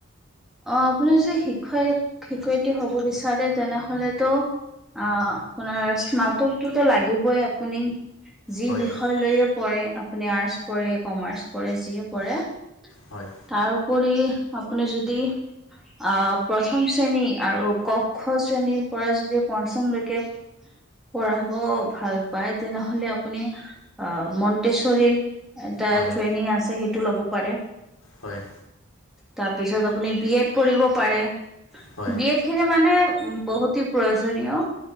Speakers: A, in the centre; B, on the left (about 85°).
A: অ', আপুনি যদি শিক্ষয়িত শিক্ষয়িত্ৰী হব বিচাৰে তেনেহলেতো অ', আপোনাৰ স্নাতকটোতো লাগিবই আপুনি যি
B: হয়
A: বিষয় লৈয়ে পঢ়ে আপুনি আৰ্টচ পঢ়ে, কমাৰ্চ পঢে, যিয়ে পঢ়ে
B: হয়।
A: তাৰ উপৰি আপুনি যদি আহ প্ৰথম শ্ৰেণী আৰু কওক দুক্ষ শ্ৰেণীৰ পৰা যদি পঞ্চমলৈকে পঢ়াব ভাল পাই তেনেহলে আপুনি আহ মন্তেশ্বৰী এটা
B: হয়
A: ট্ৰেইনিং আছে সেইটো লব পাৰে।
B: হয়।
A: তাৰপিছত আপুনি বি এড পঢ়িব পাৰে,
B: হয়
A: বি এড <unintelligible> খিনি মানে উ বহুতে প্ৰয়োজনীয়।